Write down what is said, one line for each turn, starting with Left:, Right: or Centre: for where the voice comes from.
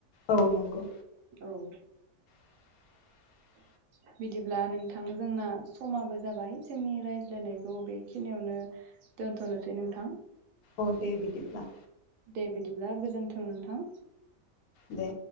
Left: औ नंगौ
Right: औ
Left: <inaudible>
Right: <inaudible> बिदिब्ला नोंथां जोंना समाबो जाबाय जोंनि रायज्लायनायखौ बेखिनियावनो दोनथ'नोसै नोंथां।
Left: औ दे बिदिब्ला।
Right: दे बिदिब्ला गोजोन्थों नोंथां।
Left: दे